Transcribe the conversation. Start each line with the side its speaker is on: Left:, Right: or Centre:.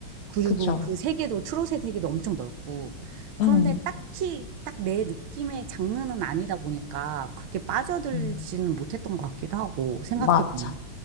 Right: 그리고
Left: 그쵸.
Right: 그 세계도 트롯의 세계도 엄청 넓고 그런데
Left: 음.
Right: 딱히 딱 내 느낌의 장르는 아니다 보니까 그렇게 빠져들지는
Left: 음,
Right: 못했던 것 같기도 하고 생각해
Left: 맞아.
Right: 보면.